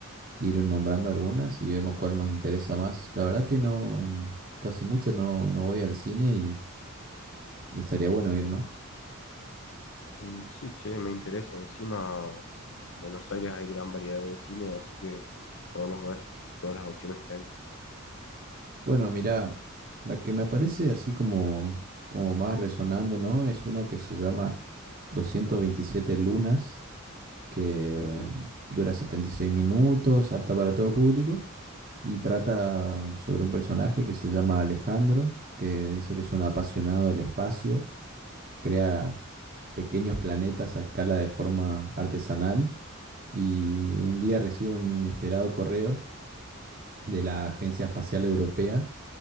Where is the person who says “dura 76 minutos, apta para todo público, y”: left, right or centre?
Right